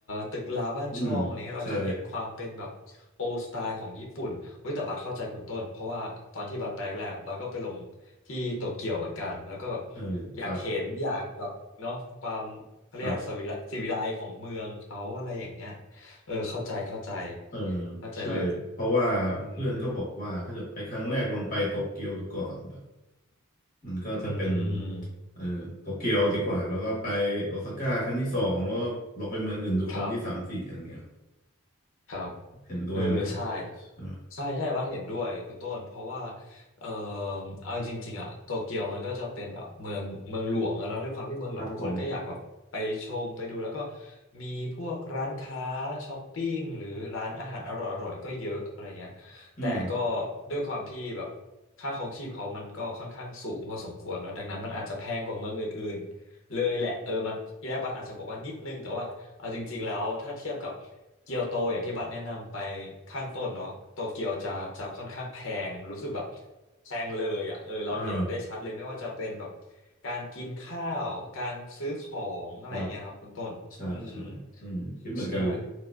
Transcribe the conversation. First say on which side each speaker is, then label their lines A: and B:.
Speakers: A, on the left; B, on the left.
A: ตึกราบ้านช่องอะไรเงี้ยเราจะเห็นความเป็นแบบโอสไตล์ของญี่ปุ่นเว้ยแต่บัสเข้าใจคุณต้นเพราะว่าตอนที่บัสไปแรกๆอะบัสก็ไปลงที่โตเกียวเหมือนกันแล้วก็แบบ
B: อืมใช่เออครับ
A: อยากเห็นอยากแบบเนาะความเขาเรียกสวิไลสิวิไลของเมืองเขาอะไรอย่างเงี้ย
B: ครับ
A: เออเข้าใจเข้าใจ
B: เออ
A: เข้าใจเลย
B: ใช่เพราะว่าเพื่อนก็บอกว่าถ้าเกิดไปครั้งแรกลองไปโตเกียวดูก่อนแบบ
A: อืม
B: มันก็จะเป็น
A: อืม
B: เออโตเกียวดีกว่าแล้วก็ไปโอซาก้าครั้งที่สองแล้วก็ลองไปเมืองอื่นดูครั้งที่สามสี่อะไรเงี้ย
A: ครับครับ
B: เห็นด้วยไหมครับใช่ไหม
A: เออใช่ใช่ใช่วัดเห็นด้วยคุณต้นเพราะว่าเออเอาจริงๆอ่ะโตเกียวมันก็จะเป็นแบบเมืองเมืองหลวงอะเนอะด้วยความที่เมืองหลวงทุกคนก็อยากแบบไปชมไปดูแล้วก็
B: ครับผม
A: มีพวกร้านค้าช้อปปิ้งหรือร้านอาหารอร่อยๆก็เยอะอะไรเงี้ยแต่ก็
B: อืม
A: ด้วยความที่แบบค่าครองชีพเขามันก็ค่อนข้างสูงพอสมควรเนอะดังนั้นมันอาจจะแพงกว่าเมืองอื่น เลยแหละเออมันทีแรกบัสอาจจะบอกว่านิดนึงแต่ว่าเอาจริงๆแล้วถ้าเทียบกับเกียวโตอย่างที่บัสแนะนำไปข้างต้นเนาะโตเกียวจะจะค่อนข้างแพงรู้สึกแบบแพงเลยอ่ะเออเราเห็นได้ชัดเลยไม่ว่าจะเป็นแบบ
B: อ่า
A: การกินข้าวการซื้อของอะไรเงี้ยครับคุณต้นอืม
B: ครับใช่ใช่อืมคิดเหมือนกันเลย
A: ใช่